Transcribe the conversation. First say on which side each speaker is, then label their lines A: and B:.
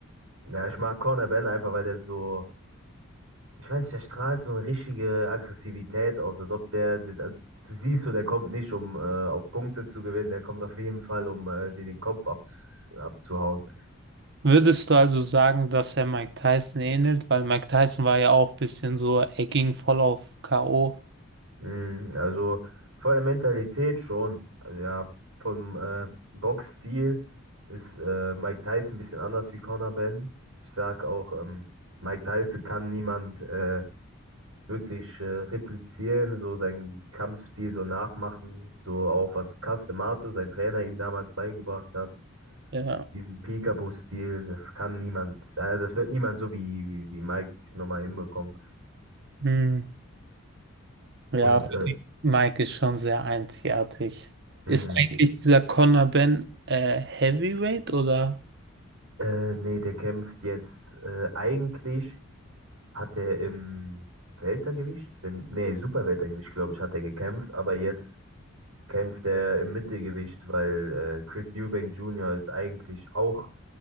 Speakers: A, on the right (about 75°); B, on the right (about 50°).
A: Ja, ich mag Corner Ben einfach, weil der so, ich weiß nicht, der strahlt so eine richtige Aggressivität aus, als ob der, der also du siehst so, der kommt nicht, um äh, auf Punkte zu gewinnen, der kommt auf jeden Fall, um äh, dir den Kopf ab, abzuhauen.
B: Würdest du also sagen, dass er Mike Tyson ähnelt? Weil Mike Tyson war ja auch ein bisschen so, er ging voll auf K.O.
A: Mm, also von der Mentalität schon, also, ja, vom äh, Boxstil ist äh, Mike Tyson ein bisschen anders wie Conor Ben. Ich sag auch, ähm, Mike Tyson kann niemand äh, wirklich äh, replizieren, so seinen Kampfstil so nachmachen, so auch was Castemato, sein Trainer, ihm damals beigebracht hat.
B: Ja.
A: Diesen Peekaboo-Stil, das kann niemand, äh, das wird niemand so wie, wie, wie Mike nochmal hinbekommen.
B: Hm. Ja,
A: Und
B: okay.
A: äh,
B: Mike ist schon sehr einzigartig.
A: mhm.
B: Ist eigentlich dieser Conor Ben äh, Heavyweight oder?
A: äh, nee, der kämpft jetzt äh, eigentlich, hat er im Weltergewicht, wenn, nee, Superweltergewicht, glaube ich, hat er gekämpft, aber jetzt kämpft er im Mittelgewicht, weil äh, Chris Eubank Jr. ist eigentlich auch